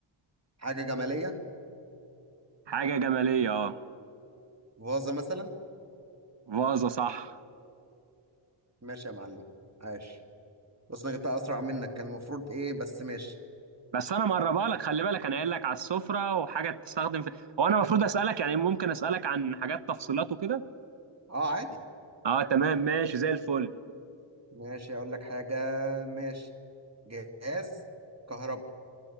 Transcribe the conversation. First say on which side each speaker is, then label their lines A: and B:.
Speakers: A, on the right; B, on the right.
A: حاجة جمالية
B: حاجة جمالية اه
A: فازة مثلا
B: فازة صح
A: ماشي يا معلم عاش بس انا جبتها اسرع منك كان المفروض ايه بس ماشي
B: بس انا مقربها لك خلي بالك انا قايل لك على السفره وحاجه تستخدم في هو انا المفروض اسالك يعني ممكن اسالك عن حاجات تفصيلات وكده
A: اه عادي
B: اه تمام ماشي زي الفل
A: ماشي اقول لك حاجة ماشي جهاز كهرباء